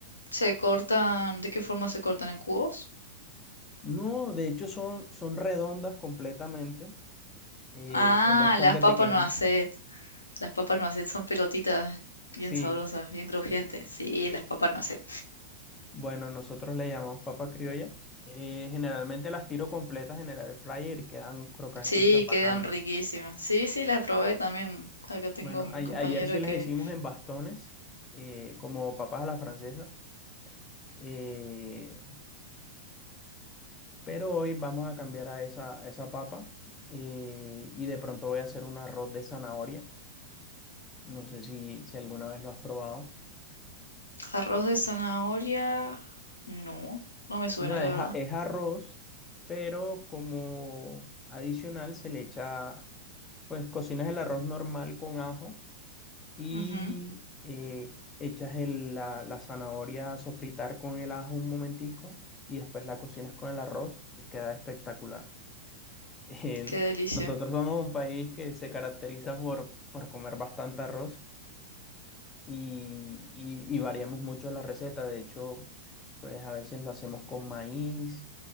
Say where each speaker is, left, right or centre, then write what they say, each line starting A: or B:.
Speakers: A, on the left; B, on the left.
A: se cortan. ¿De qué forma se cortan en cubos?
B: No, de hecho son, son redondas completamente. eh,
A: Ah,
B: son bastante
A: las papas
B: pequeñas.
A: no hacet. Las papas no hacet son pelotitas bien
B: Sí,
A: sabrosas, bien crujientes. Sí, las papas no hacet.
B: bueno, nosotros le llamamos papa criolla. Eh, generalmente las tiro completas en el air fryer y quedan crocanticas,
A: Sí,
B: bacanas.
A: quedan riquísimas. Sí, sí, las probé también. Acá tengo
B: Bueno,
A: un
B: ay
A: compañero
B: ayer sí las
A: que
B: hicimos en bastones, eh, como papas a la francesa. eh, pero hoy vamos a cambiar a esa, a esa papa eh, y de pronto voy a hacer un arroz de zanahoria No sé si, si alguna vez lo has probado.
A: arroz de zanahoria. No, no me suena
B: O sea,
A: la
B: es,
A: verdad.
B: a- es arroz, pero como adicional se le echa, pues cocinas el arroz normal con ajo y
A: Ujú,
B: eh, echas el- la, la zanahoria a sofritar con el ajo un momentico y después la cocinas con el arroz y queda espectacular. <laughs> En-
A: Qué delicia.
B: nosotros somos un país que se caracteriza por, por comer bastante arroz. y, y- y variamos mucho la receta. De hecho, pues a veces lo hacemos con maíz,